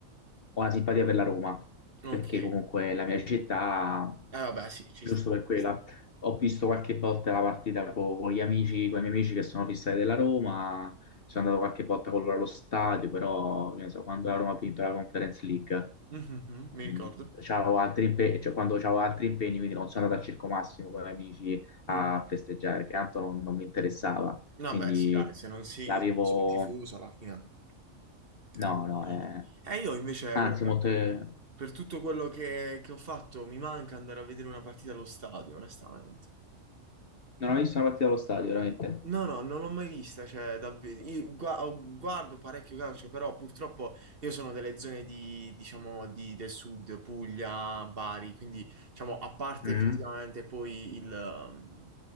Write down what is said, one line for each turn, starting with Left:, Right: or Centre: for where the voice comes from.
Left: una simpatia per la Roma,
Right: Ok.
Left: perché
Right: Eh
Left: comunque è la mia città,
Right: vabbè, sì, ci
Left: giusto
Right: sta,
Left: per quella,
Right: ci sta.
Left: ho visto qualche volta la partita co- con, gli amici, con i miei amici che sono fissati della Roma, sono andato qualche volta con loro allo stadio, però che ne so, quando la Roma ha vinto la Conference League
Right: Mhm, mi ricordo.
Left: Mm, c'avevo altri impegni, cioè, quando c'avevo altri impegni, quindi non sono andato al Circo Massimo con gli amici
Right: Mm.
Left: a festeggiare, perché tanto non, non mi interessava.
Right: Vabbè,
Left: Quindi
Right: sì, dai, se non si,
Left: l'avevo...
Right: se non si è un tifoso alla fine.
Left: No,
Right: Ok.
Left: no, eh.
Right: Eh, io invece,
Left: Anzi,
Right: guarda,
Left: molte...
Right: per tutto quello che, che ho fatto, mi manca andare a vedere una partita allo stadio, onestamente.
Left: Non ho visto una partita allo stadio, veramente.
Right: No, no, non l'ho mai vista, cioè, davvero. Io gua- ho- guardo parecchio calcio, però purtroppo io sono delle zone di, diciamo, di- del sud, Puglia, Bari, quindi, diciamo, a parte
Left: Mm,
Right: effettivamente poi il, ehm,